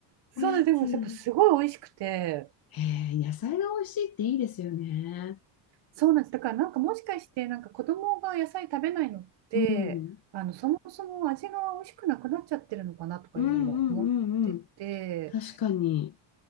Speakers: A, on the right; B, on the left.
A: そうなんです、
B: おやつ。
A: でもやっぱすごい美味しくて、
B: へえ、野菜が美味しいっていいですよね。
A: そうなんです、だからなんかもしかして、なんか子供が野菜食べないのって、
B: うん。
A: あのそもそも味が美味しくなくなっちゃってるのかなとかいうのも思ってて、
B: うんうんうんうん。確かに。